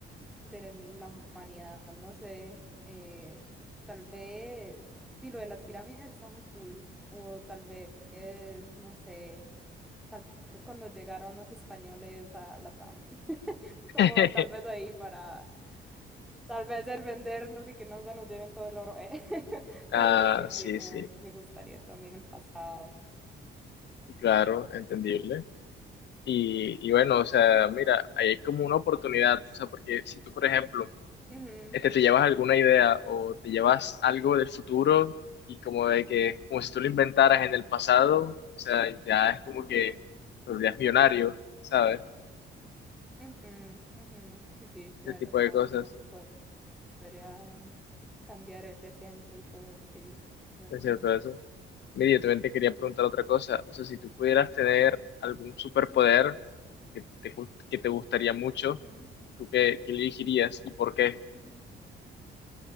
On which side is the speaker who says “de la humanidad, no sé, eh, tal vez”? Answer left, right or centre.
Centre